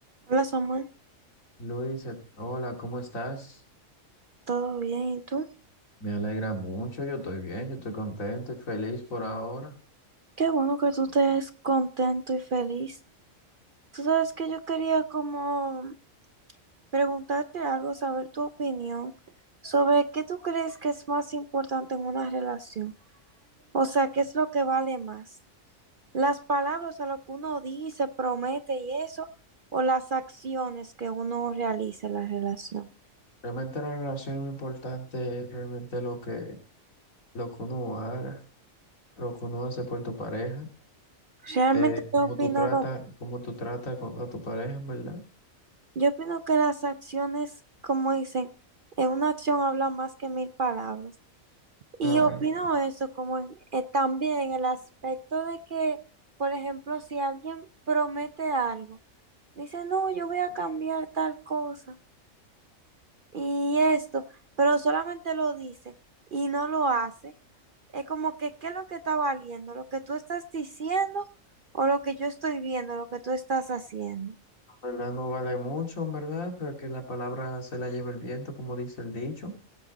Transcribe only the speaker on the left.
Luisa, hola, ¿cómo estás?
Me alegra mucho, yo estoy bien, yo estoy contento y feliz por ahora.
Realmente la relación es importante, es realmente lo que, lo que uno haga, lo que uno hace por tu pareja,
eh,
cómo
tú tratas,
cómo tú tratas con- a tu pareja, en ¿verdad?
claro
la verdad no vale mucho, en ¿verdad? Pero que la palabra se la lleva el viento, como dice el dicho,